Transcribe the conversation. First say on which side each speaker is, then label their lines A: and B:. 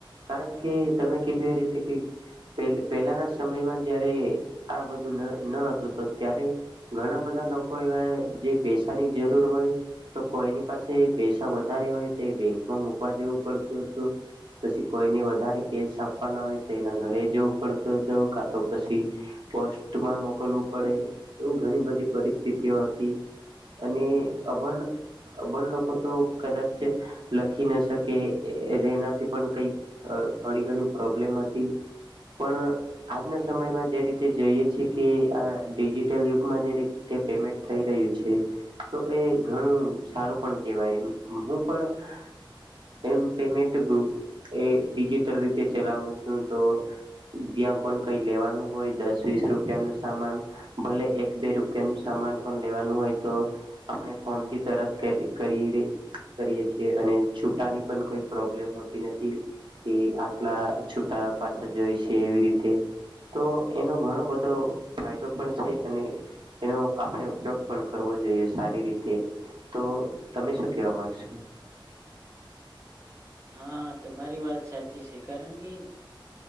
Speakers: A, on the right (about 65°); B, on the right (about 30°).
A: કારણ કે તમે કીધું એ રીતે કે પહેલાના સમયમાં જારે આ બધું ન ન હતું તો ત્યારે ઘણા બધા લોકો એવા જે પૈસાની જરૂર હોય તો કોઈની પાસે પૈસા વધારે હોય તો બેંકમાં મુકવા જવું પડતું હતું પછી કોઈને વધારે કેસ આપવાના હોય તો એના ઘરે જવું પડતું હતું કા તો પછી પોસ્ટમાં મોકલવું પડે એવું ઘણી બધી પરિસ્થિતિઓ હતી અને અભણ અભણ લોકો તો કદાચ લખી ન શકે એનાથી પણ કઈક થોડી ઘણી પ્રોબ્લેમ હતી પણ આજના સમયમાં જે રીતે જઈએ છે કે આ ડિજિટલ યુગમાં જે રીતે પેમેન્ટ થઈ રહ્યું છે તો એ ઘણું સારું પણ કેવાય હું પણ એમ પેમેન્ટ એ ડીજિટલ રીતે ચલાવું છું તો જ્યાં પણ કઈ લેવાનું હોય દસ વીસ રૂપિયાનું સામાન ભલે એક બે રૂપિયાનું સામાન પણ લેવાનું હોય તો આપણે ફોન થી તરત કરી કરીએ છીએ અને છૂટાની પણ કોઈ પ્રોબ્લેમ હોતી નથી કે આટલા છૂટા પાછા જોઈ છે એવી રીતે તો એનો ઘણો બધો ફાયદો પણ છે અને એનો આપણે ઉપયોગ પણ કરવો જોઈએ સારી રીતે તો તમે શું કેવા માંગશો?
B: હા તમા મારી વાત સાચી છે કારણ કે